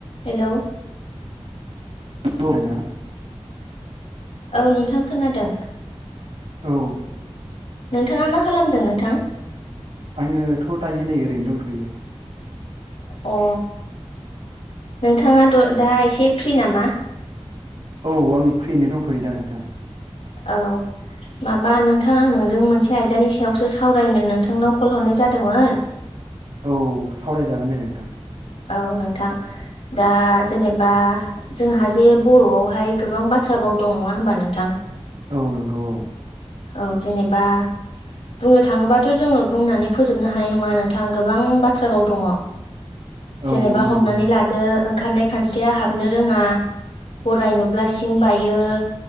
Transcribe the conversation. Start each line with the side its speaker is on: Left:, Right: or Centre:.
Left: हेलौ
Right: <unintelligible>
Left: औ नोंथां खोनादों।
Right: औ
Left: नोंथाङा मा खालामदों नोंथां?
Right: आङोथ' दायो नै ओरैनो दंथ'यो।
Left: अ नोंथाङा द दा एसे फ्रि नामा?
Right: औ आं फ्रिनो दंथ'यो दा नोंथां।
Left: औ माबा नोंथां आं नोंजों मोनसे आयदानि सायावसो सावरायनो नोंथांनाव कल हरनाय जादोंमोन।
Right: औ सावरायजागोन दे नोंथां।
Left: औ नोंथां दा जेनेबा जोंहा जे बर'आवहाय गोबां बाथ्रा बाव दं नङा होनबा नोंथां?
Right: औ नंगौ औ।
Left: औ जेनेबा बुंनो थाङोबाथ' जोङो बुंनानै फोजोबनो हानाय नङा नोंथां गोबां बाथ्राबाव दङ।
Right: औ
Left: जेनेबा
Right: नंगौ
Left: हमनानै लादो। ओंखारनाय खानस्रिया हाबनो रोङा गराय नुब्ला सिं बायो।